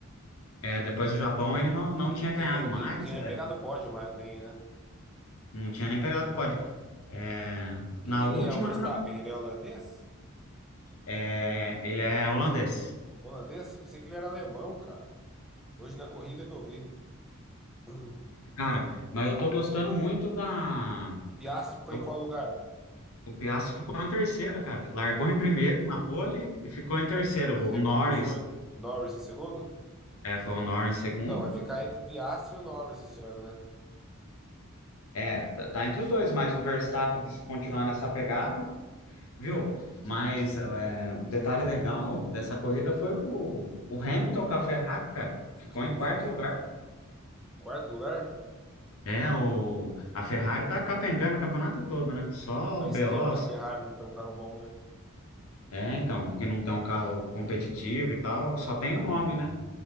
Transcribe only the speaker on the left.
É, depois do Japão ele não,
não
tinha
ganhado
mais,
é,
não tinha nem pegado o pódio. É,
na
última,
não,
é, ele é holandês.
Cara, mas eu tô gostando muito da.
tô-
O Piastri ficou em terceiro, cara. Largou
em
primeiro
na pole e ficou em terceiro.
O Norris,
é, foi o Norris em segundo.
É, tá, tá entre os dois, mas o Verstappen, se continuar nessa pegada, viu? Mas
é, um detalhe legal dessa corrida foi o, o Hamilton
com a Ferrari, cara. Ficou
em
quarto
lugar.
É, o, a Ferrari tá capengando o campeonato todo, né? Só
BO,
só
É, então, porque não tem um carro competitivo e tal, só tem o nome, né?